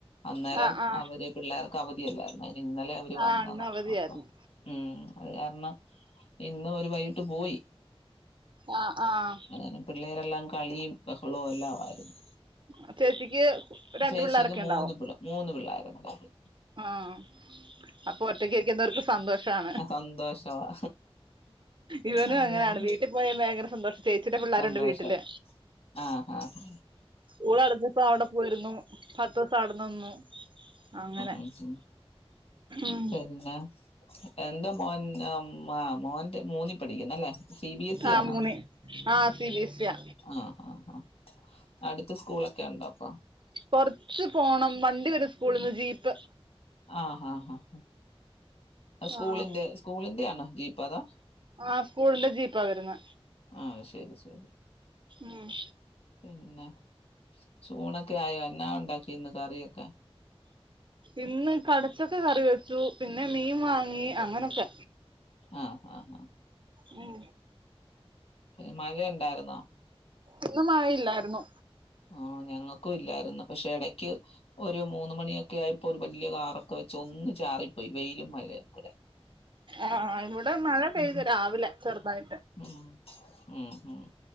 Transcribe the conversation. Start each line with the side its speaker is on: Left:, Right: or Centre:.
Left: അന്നേരം
Right: ആഹ് ആഹ്
Left: അവര് പിള്ളേർക്ക് അവധിയല്ലാരുന്നോ അയ്നിന്നലെ അവര്
Right: ആഹ്
Left: വന്നതാ
Right: ഇന്ന് അവധിയായിരുന്നു
Left: അപ്പം ഉം അത് കാരണം ഇന്ന് ഓര് വൈട്ട് പോയി
Right: ആഹ് ആഹ്
Left: അങ്ങനെ പിള്ളേരെല്ലാം കളീം ബഹളോം എല്ലാവാരുന്ന്
Right: ആഹ് ചേച്ചിക്ക് രണ്ട്
Left: ചേശ്ശിക്ക്
Right: പിള്ളേരൊക്കെ
Left: മൂന്ന്
Right: ഉണ്ടാവും
Left: പിള്ള മൂന്ന് പിള്ളേര്ള്ളത്
Right: ആഹ് അപ്പൊ ഒറ്റക്കിരിക്കുന്നവർക്ക് സന്തോഷാണ്
Left: സന്തോഷവാ
Right: ഇവനും
Left: അത്
Right: അങ്ങനാണ്
Left: കാരണം
Right: വീട്ടി പോയ ഭയങ്കര സന്തോഷം ചേച്ചിടെ പിള്ളേര്ണ്ട്
Left: സന്തോഷം
Right: വീട്ടില്
Left: ആഹ് ആഹ്
Right: സ്കൂൾ അടച്ചപ്പോ അവിടെ പോയ്രുന്നു പത്ത് ദിവസം അവിടെ നിന്നു അങ്ങനെ
Left: അയ്ശെരി
Right: ഉം
Left: എന്താ എന്താ മോൻ ആഹ് മ് മോൻ്റെ മൂന്നി പഠിക്കുന്നല്ലേ സി ബി എസ് ഇ
Right: ആഹ്
Left: ആണോ
Right: മൂന്ന് ആഹ് സി ബി എസ്യാ
Left: ആഹ് ആഹ് ആഹ് അടുത്ത് സ്കൂളൊക്കെണ്ടോ അപ്പം
Right: കൊറച്ച് പോണം വണ്ടി വരും സ്കൂളിന്ന് ജീപ്പ്
Left: ആഹ് ഹാ ഹാ ഉം അത് സ്കൂളിന്റെ
Right: ആഹ്
Left: സ്കൂളിന്റെയാണോ ജീപ്പതോ
Right: ആ സ്കൂളിന്റെ ജീപ്പാ വരുന്നെ
Left: ആഹ് അത്ശെരി ശെരി
Right: ആഹ്
Left: പിന്നെ ചൂണക്കെയായോ എന്നാ ഒണ്ടാക്കീന്ന് കറിയക്കെ
Right: ഇന്ന് കടച്ചക്ക കറി വെച്ചു പിന്നെ മീൻ വാങ്ങി അങ്ങനൊക്കെ
Left: ആഹ് ആഹ് ആഹ്
Right: ഉം
Left: ഏഹ് മഴണ്ടാര്ന്നോ
Right: ഇന്ന് മഴയില്ലാരുന്നു
Left: ആഹ് ഞങ്ങക്കും ഇല്ലാരുന്നു പക്ഷെ എടക്ക് ഒരു മൂന്ന് മണിയൊ ക്ക്യായപ്പൊ ഒരു വല്യാ കാറൊക്കെ വെച്ച് ഒന്ന് ചാറിപ്പോയ് വെയ്ലും മഴേം കൂടെ
Right: ആഹ് ഇവിടെ മഴ പെയ്തു
Left: ഉം
Right: രാവിലെ ചെറുതായിട്ട്
Left: ഉം ഉം ഉം